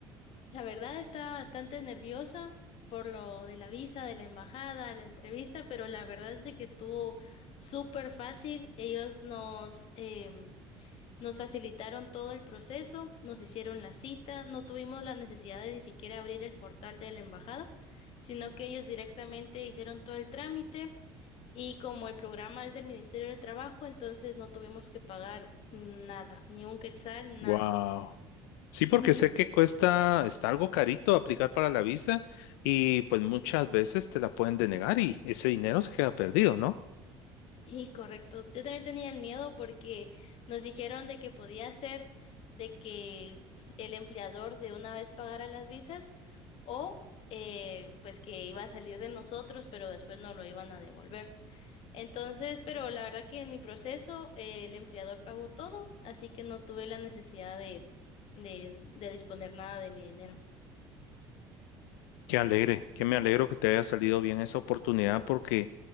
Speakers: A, on the left; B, on the left.
A: La verdad estaba bastante nerviosa por lo de la visa, de la embajada, la entrevista, pero la verdad es de que estuvo súper fácil. Ellos nos, em, nos facilitaron todo el proceso, nos hicieron la cita, no tuvimos la necesidad de ni siquiera abrir el portal de la embajada, sino que ellos directamente hicieron todo el trámite y como el programa es del Ministerio de Trabajo, entonces no tuvimos que pagar nada, ni un quetzal,
B: Wow.
A: nada.
B: Sí,
A: <clears throat>
B: porque sé que cuesta, está algo carito aplicar para la visa y pues muchas veces te la pueden denegar y ese dinero se queda perdido, ¿no?
A: Sí, correcto. Yo también tenía el miedo porque nos dijeron de que podía ser de que el empleador de una vez pagara las visas o eh, pues que iba a salir de nosotros, pero después no lo iban a devolver. Entonces, pero la verdad que en mi proceso eh, el empleador pagó todo, así que no tuve la necesidad de, de, de disponer nada de mi dinero.
B: Qué alegre, que me alegro que te haya salido bien esa oportunidad porque